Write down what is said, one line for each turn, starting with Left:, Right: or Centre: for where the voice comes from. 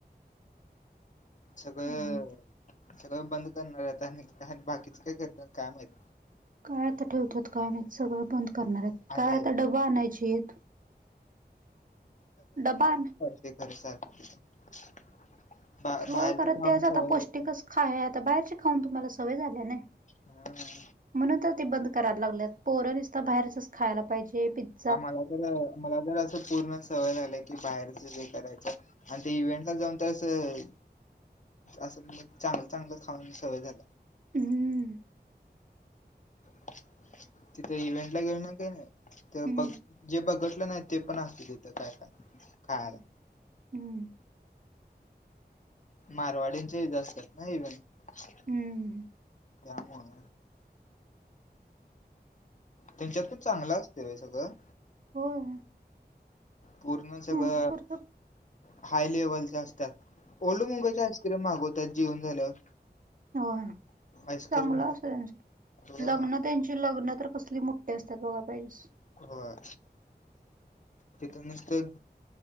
Left: सगळं
Right: काय नाही
Left: सगळ बंद करणार आहेत आणि बाकीच काय करत्यात काय माहित.
Right: काय आता ठेवत्यात काय माहित,, सगळं बंद करणार हायत. काय
Left: आणि
Right: आता डबं आणायचीत,,, डबा आण
Left: ते खरे सारखं, बा
Right: होय
Left: बाहेरच
Right: खरं
Left: खाऊन
Right: तेच आता
Left: सवय
Right: पौष्टिकच
Left: होत्या काय?
Right: खाय आता बाहेरची खाऊन तुम्हाला सवय झाल्या नाही.
Left: हा ह
Right: म्हणून तर ते बंद करायला लागलेत,, पोरं निसता बाहेरचच खायला पायजे,, पित्त
Left: आमाला तर, मला तर असं पूर्ण सवय झालंय की बाहेरच जे करायचं आणि ते इव्हेंट ला जाऊन तरं असं, चांगलं चांगलं खाऊन सवय झालय.
Right: हम्म.
Left: ह <inaudible> तिथे इव्हेंट ला गेऊ ना का नाही ते
Right: हम्म
Left: बघ जे बघितलं नाही ते पण आसतय तिथं काय काय खायाला.
Right: होय हम्म
Left: मारवाडींच्या इथं असतात ना इवेंट.
Right: हम्म
Left: त्यामुळं. त्यच्यात पण चांगलं असतय बाई सगळं.
Right: होय
Left: पूर्ण सगळं
Right: हम्म
Left: हाय लेव्हलचा अस्तात, ओलड मुंबईचा आईस्क्रीम मागवत्यात जीऊन झाल्यावर.
Right: होय,
Left: आईस्क्रीम
Right: चांगलं असतय त्यांच,,
Left: होय
Right: लग्नं त्यांची लग्नं तर कसली मुठ्ठी अस्तात बघाय पायजेस.
Left: होय. तिथं नुसतं,